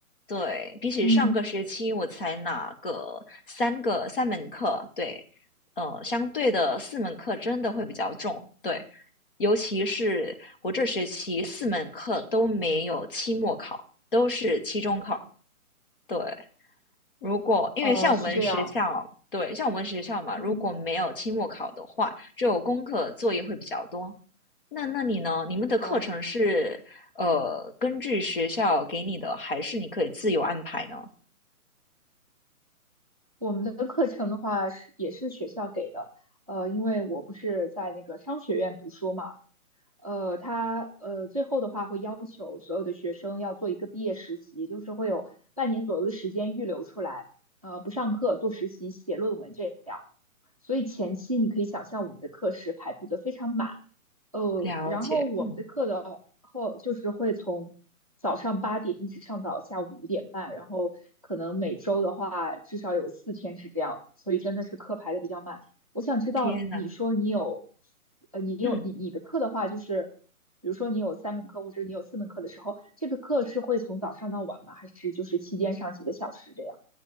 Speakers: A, on the left; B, on the right.
A: 对，比起上个学期我才拿个三个三门课，
B: 嗯
A: 对，呃，相对的四门课真的会比较重，对，尤其是我这学期四门课都没有期末考，都是期中考，对。如果因为像我们学校，
B: 嗯哦，是这样。
A: 对，像我们学校嘛，
B: 嗯
A: 如果没有期末考的话，就功课作业会比较多。那那你呢？你们的课程是呃根据学校给你的，
B: 哦，
A: 还是你可以自由安排呢？
B: 我们的课程的话是也是学校给的，呃，因为我不是在那个商学院读书嘛，呃，他呃最后的话会要求所有的学生要做一个毕业实习，就是会有半年左右的时间预留出来，呃，不上课，做实习、写论文这样。所以前期你可以想象我们的课时排布的非常满，呃，
A: 了解，
B: 然后我们的课的后就是会从早上八点一直上到下午五点半，
A: 嗯，
B: 然后可能每周的话至少有四天是这样，所以真的是课排的比较满。我想知道你说你有，
A: 天呐，
B: 呃，你有你你的课的话就是。
A: 嗯。
B: 比如说你有三门课或者你有四门课的时候，这个课是会从早上到晚吗？还是就是期间上几个小时这样？